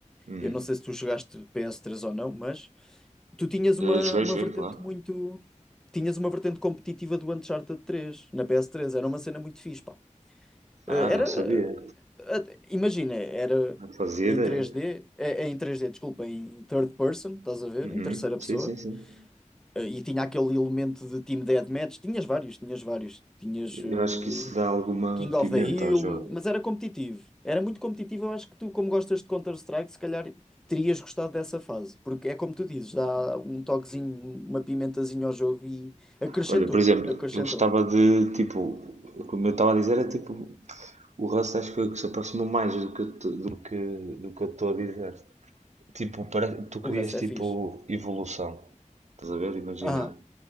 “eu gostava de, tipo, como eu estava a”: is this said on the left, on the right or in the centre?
Right